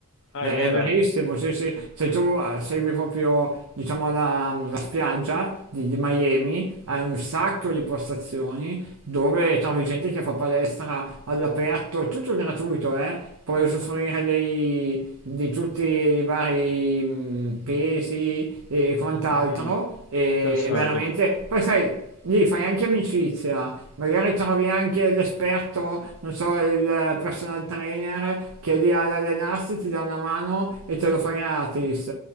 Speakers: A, on the left; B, on the right.
A: Ah,
B: È,
A: è vera?
B: è verissimo, sì, sì. Se tu eh, segui proprio, diciamo, la, la spiaggia di, di Miami, hai un sacco di postazioni dove trovi gente che fa palestra all'aperto, tutto gratuito, eh. Puoi usufruire dei, di tutti i vari mm, pesi e quant'altro,
A: Mhm.
B: e
A: Interessante,
B: veramente... Poi sai... Lì fai anche amicizia, magari trovi anche l'esperto, non so, il eh, personal trainer che è lì ad allenarsi, ti dà una mano e te lo fa gratis.